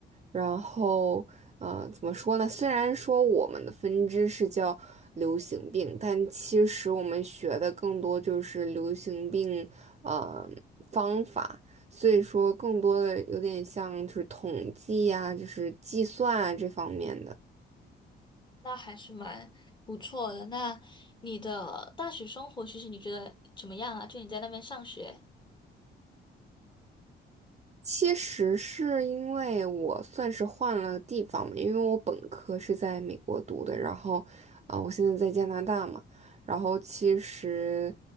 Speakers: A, on the right; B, on the left.
A: 然后，呃，怎么说呢？虽然说我们的分支是叫流行病，但其实我们学的更多就是流行病，呃，方法。所以说，更多的有点像就是统计呀、就是计算啊这方面的。
B: 那还是蛮不错的。那你的大学生活，其实你觉得怎么样啊？就你在那边上学
A: 其实是因为我算是换了地方嘛，因为我本科是在美国读的，然后，啊、我现在在加拿大嘛，然后其实，